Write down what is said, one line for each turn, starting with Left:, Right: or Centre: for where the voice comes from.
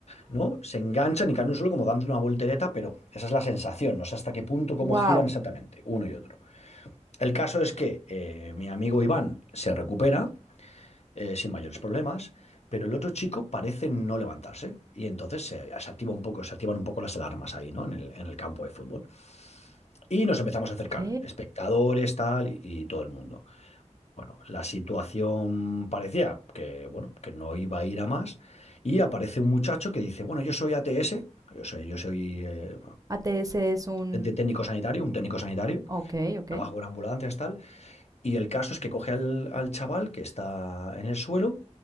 Left: ¿no? Se enganchan y caen en un suelo como dando una voltereta, pero esa es la sensación, no sé hasta qué punto, cómo
Right: Wow.
Left: giran exactamente uno y otro. El caso es que eh, mi amigo Iván se recupera eh, sin mayores problemas, pero el otro chico parece no levantarse y entonces se, se activa un poco, se activan un poco las alarmas ahí, ¿no? En el, en el campo de fútbol. Y nos empezamos a acercar,
Right: Ok.
Left: espectadores, tal, y, y todo el mundo. Bueno, la situación parecía que, bueno, que no iba a ir a más y aparece un muchacho que dice, bueno, yo soy ATS, yo soy, yo soy eh,
Right: ATS es un...
Left: asistente técnico sanitario, un técnico sanitario,
Right: Ok, ok.
Left: trabajo con ambulancias, tal, y el caso es que coge al, al chaval que está en el suelo